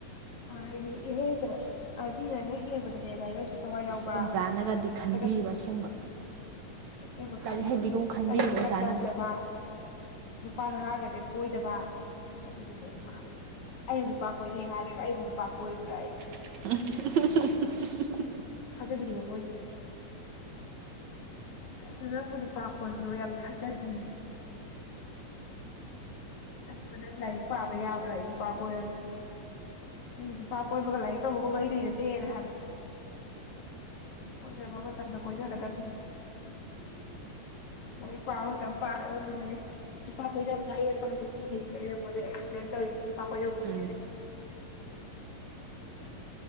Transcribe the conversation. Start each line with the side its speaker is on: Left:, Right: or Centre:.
Left: ꯍꯥꯏꯗꯤ ꯇꯕ ꯑ ꯃꯤꯅ ꯍꯦꯛ ꯌꯦꯡꯕꯗꯅꯦ ꯂꯥꯏꯔꯤꯛ ꯂꯥꯏꯁꯨ ꯊꯋꯥꯏ
Right: ꯑꯁ
Left: ꯌꯥꯎꯕ
Right: ꯑꯣꯖꯥꯅꯒꯗꯤ
Left: ꯆꯒꯠ
Right: ꯈꯟꯕꯤꯔꯤꯕ
Left: ꯆꯒꯠ
Right: ꯑꯁꯦꯡꯕ
Left: ꯁꯦꯡꯕ
Right: ꯂꯥꯏꯔꯤꯛ
Left: ꯈꯜꯂꯤꯕ
Right: ꯍꯩꯕꯤꯒꯨꯝ ꯈꯟꯕꯤꯔꯤꯕ
Left: ꯆꯒꯠ ꯆꯒꯠ
Right: ꯑꯣꯖꯥꯅꯗꯤ
Left: ꯇꯧꯗꯕ ꯅꯨꯄꯥ ꯅꯍꯥꯒꯁꯦ ꯑꯣꯏꯗꯕ ꯑꯗꯨꯅꯦ ꯃꯣꯏꯅ ꯃꯥꯜꯂꯤꯁꯦ ꯑꯩꯅ ꯂꯨꯄꯥ ꯀꯣꯏꯅꯩ ꯍꯥꯏꯔꯒ ꯑꯩꯕꯨ ꯅꯨꯄꯥ ꯀꯣꯏꯕꯔꯥꯌꯦ
Right: <inaudible>
Left: ꯊꯥꯖꯗ꯭ꯔꯤꯕ ꯃꯣꯏꯅ ꯀꯩꯅꯣ ꯅꯪꯕꯨ ꯅꯨꯄꯥ ꯀꯣꯟꯕꯔꯣ ꯌꯥꯝ ꯊꯥꯖꯗꯦꯌꯦ ꯑꯗꯨꯒ ꯅꯪ ꯂꯥꯏꯔꯤꯛ ꯄꯥꯕ ꯌꯥꯕ꯭ꯔꯥꯌꯦ ꯅꯨꯄꯥ ꯀꯣꯏꯔꯒ ꯑꯩꯅ ꯅꯨꯄꯥ ꯀꯣꯏꯕꯒ ꯂꯥꯏꯔꯤꯛ ꯇꯧꯕꯒ ꯃꯔꯤ ꯂꯩꯅꯗꯦꯅ ꯍꯥꯏꯕ ꯀꯣꯏꯅꯕ ꯃꯇꯝꯗ ꯀꯣꯏꯅꯒꯗꯕꯅꯤ ꯂꯥꯏꯔꯤꯛ ꯄꯥꯕ ꯃꯇꯝ ꯄꯥꯒꯗꯕꯅꯤ ꯂꯥꯏꯔꯤꯛ ꯅꯨꯄꯥ ꯀꯣꯏꯅꯕ ꯑꯌꯦꯠꯄ ꯀꯩꯁꯨ ꯄꯤꯗꯦꯁꯤꯅꯤ ꯑꯩꯅ ꯃꯣꯏꯗ ꯑꯦꯛꯁꯄ꯭ꯂꯦꯟ ꯇꯧꯔꯤꯁꯤ ꯅꯨꯄꯥ ꯀꯣꯏꯅꯕꯁꯤ
Right: ꯎꯝ
Left: <inaudible>